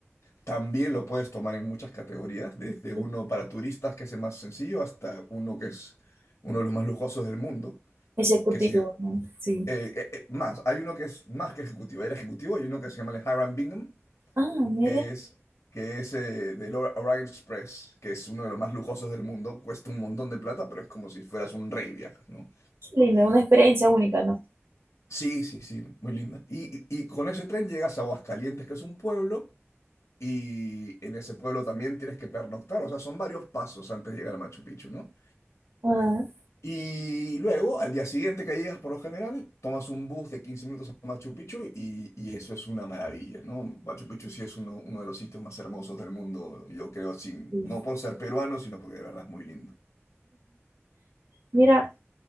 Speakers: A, on the left; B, on the right.
A: También lo puedes tomar en muchas categorías, desde uno
B: sí.
A: para turistas, que es el más sencillo, hasta uno que es uno de los más lujosos del mundo,
B: Ejecutivo,
A: que si eh,
B: ¿no? Sí.
A: eh, eh, más, hay uno que es más que ejecutivo, el ejecutivo, hay uno que se llama el Hiram Bingham,
B: Ah, mira,
A: que es, que es eh, del Or- Orient Express, que es uno de los más lujosos del mundo, cuesta un montón de plata, pero es como si fueras un rey viajas, ¿no?
B: qué lindo, una experiencia única, ¿no?
A: Sí, sí, sí, muy linda. Y, y- y con ese tren llegas a Aguascalientes, que es un pueblo, y en ese pueblo también tienes que pernoctar, o sea, son varios pasos antes de llegar a Machu Picchu, ¿no?
B: Ajá.
A: Y luego, al día siguiente que llegas, por lo general, tomas un bus de 15 minutos a Machu Picchu y, y eso es una maravilla, ¿no? Machu Picchu sí es uno, uno de los sitios más hermosos del mundo, yo creo, sin,
B: sí.
A: no por ser peruano, sino porque de verdad es muy lindo.
B: Mira,